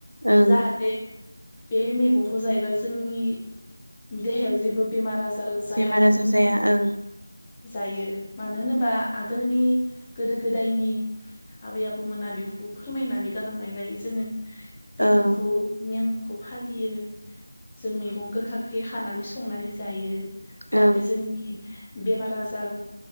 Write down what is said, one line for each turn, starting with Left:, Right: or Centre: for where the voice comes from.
Right: ओं
Left: जाहाथे बे मेगंखौ जायोबा जोंनि देहायाव जेबो बेमार आजा र जायाथों
Right: बेमार आजार
Left: होन्नानै
Right: जाया ओं
Left: जायो। मानो होनोबा आगोलनि गोदो गोदायनि आबै आबौमोना बेफोरखौ फोरमायनानै गालांनायलाय जोङो बेफोरखौ
Right: ओं
Left: नेम फालियो जों मैगं गोखा गोखै खानानै संनानै जायो। जाहाथे
Right: ओं
Left: जोंनि बेमार आजार